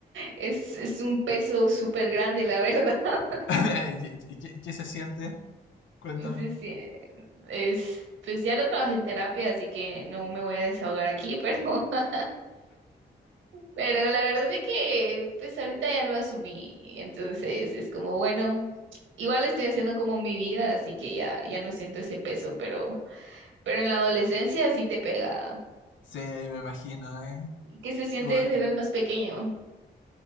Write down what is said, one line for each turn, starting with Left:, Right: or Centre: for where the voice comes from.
Right: Es, es un peso súper grande, la verdad. <laughs>
Left: <laughs> ¿Qué, qué- qué qué se siente? Cuéntame.
Right: Sí, sí. eh, Es, pues ya lo trabajé en terapia, así que no me voy a desahogar aquí, pero, <laughs> pero la verdad es que pues ahorita ya lo asumí. Entonces es como, bueno, igual estoy haciendo como mi vida, así que ya, ya no siento ese peso, pero, pero en la adolescencia sí te pega.
Left: Sí, me imagino, ¿eh?
Right: ¿Qué se siente
Left: Tú-
Right: de ser el más pequeño?